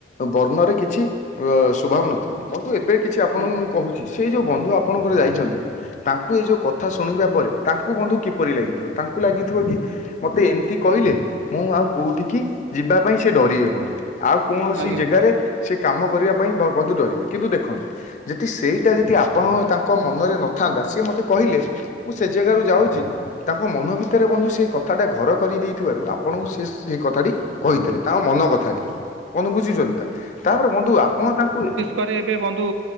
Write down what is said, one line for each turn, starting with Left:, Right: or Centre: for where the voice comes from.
Left: ବର୍ଣ୍ଣରେ କିଛି ଅ ସୁଭାବ ନଥାଏ ବନ୍ଧୁ ଏବେ କିଛି ଆପଣଙ୍କୁ
Right: ହୁଁ
Left: ମୁଁ କହୁଚି ସେ ଯୋଉ ବନ୍ଧୁ ଆପଣଙ୍କର ଯାଇଚନ୍ତି ତାଙ୍କୁ ଏଇ ଯୋଉ କଥା ଶୁଣିବା ପରେ ତାଙ୍କୁ ବନ୍ଧୁ କି ପରି ଲାଗିଥିବ ତାଙ୍କୁ ଲାଗିଥିବ କି ମତେ ଏମତି କହିଲେ ମୁଁ ଆଉ କୋଉଠିକି ଯିବା ପାଇଁ ସେ ଡରିବେ ବନ୍ଧୁ। ଆଉ କୌଣସି
Right: ଆଜ୍ଞା
Left: ଜାଗାରେ
Right: ବନ୍ଧୁ।
Left: ସେ କାମ କରିବା ପାଇଁ ଡ ବନ୍ଧୁ ଡରିବେ କିନ୍ତୁ ଦେଖନ୍ତୁ ଜିତି ସେଇଟା ଜିତି ଆପଣ ତାଙ୍କ ମନରେ ନଥାନ୍ତା ସିଏ ମୋତେ କହିଲେ ମୁଁ ସେ ଯେଗାରୁ ଯାଉଚି ତାଙ୍କ ମନ ଭିତରେ ବନ୍ଧୁ ସେ କଥାଟା ଘର କରିଦେଇଥିବାରୁ ଆପଣଙ୍କୁ ସିଏ ସେ କଥାଟି କହିଥିଲେ ତାଙ୍କ ମନ କଥାଟି ମନେ ବୁଝିଛନ୍ତି ତା ତାପରେ ବନ୍ଧୁ ଆପଣ ତାଙ୍କୁ ଏ
Right: କରେ ଏବେ ବନ୍ଧୁ